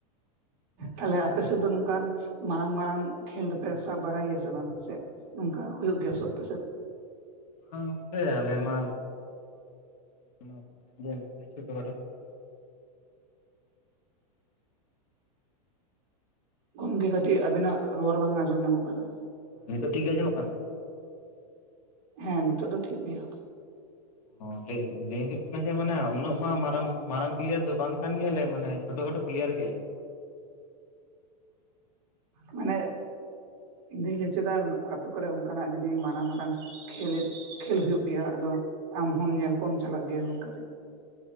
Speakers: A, on the right; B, on the left.
A: ᱛᱟᱦᱞᱮ ᱟᱯᱮ ᱥᱮᱫ ᱫᱚ ᱱᱚᱝᱠᱟᱱ ᱢᱟᱨᱟᱝ ᱢᱟᱨᱟᱝ ᱠᱷᱮᱞ ᱫᱚᱯᱮ ᱥᱟᱵ ᱵᱟᱲᱟᱭ ᱜᱮᱭᱟ ᱥᱮ ᱵᱟᱝ ᱥᱮ ᱱᱚᱝᱠᱟ ᱦᱩᱭᱩᱜ ᱜᱮᱭᱟ ᱥᱮ ᱟᱯᱮ ᱥᱮᱫ᱾
B: ᱜᱚᱝᱠᱮ ᱟᱞᱮ ᱢᱟ <inaudible> ᱪᱷᱴᱚ ᱠᱷᱟᱴᱚ ᱠᱷᱮᱞ
A: ᱜᱚᱝᱠᱮ ᱠᱟᱹᱴᱤᱡ ᱟᱵᱤᱱᱟᱜ ᱨᱚᱲ ᱵᱟᱝ ᱟᱸᱡᱚᱢ ᱧᱟᱢᱚᱜ ᱠᱟᱱᱟ,
B: ᱱᱤᱛᱳᱜ ᱴᱷᱤᱠ ᱜᱮ ᱟᱸᱡᱚᱢᱚᱜ ᱠᱟᱱᱟ?
A: ᱦᱮᱸ ᱱᱤᱛᱚᱜ ᱫᱚ ᱴᱷᱤᱠ ᱜᱮᱭᱟ᱾
B: ᱚᱸ ᱞᱟᱹᱭ ᱞᱟᱹᱭ ᱦᱩᱭᱩᱜ ᱠᱟᱱᱟ ᱡᱮ ᱢᱟᱱᱮ ᱩᱱᱟᱹᱜ ᱢᱟ ᱢᱟᱨᱟᱝ ᱢᱟᱨᱟᱝ ᱯᱞᱤᱭᱟᱨ ᱫᱚ ᱵᱟᱝ ᱠᱟᱱ ᱜᱮᱭᱟᱞᱮ ᱢᱟᱱᱮ ᱪᱷᱳᱴᱚ ᱠᱷᱟᱴᱳ ᱯᱞᱤᱭᱟᱨ ᱜᱮ,
A: ᱢᱟᱱᱮ ᱤᱧ ᱫᱩᱧ ᱞᱟᱹᱭ ᱦᱚᱪᱚᱭᱫᱟ, ᱟᱛᱳ ᱠᱚᱨᱮ ᱚᱱᱠᱟᱱᱟᱜ ᱡᱩᱫᱤ ᱢᱟᱨᱟᱝ ᱢᱟᱨᱟᱝ ᱠᱷᱮᱞᱮᱫ, ᱠᱷᱮᱞ ᱦᱩᱭᱩᱜ ᱜᱮᱭᱟ ᱟᱫᱚ ᱟᱢ ᱦᱚᱸᱢ ᱧᱮᱞ ᱠᱚᱢ ᱪᱟᱞᱟᱜ ᱜᱮᱭᱟ ᱱᱚᱝᱠᱟᱛᱮ,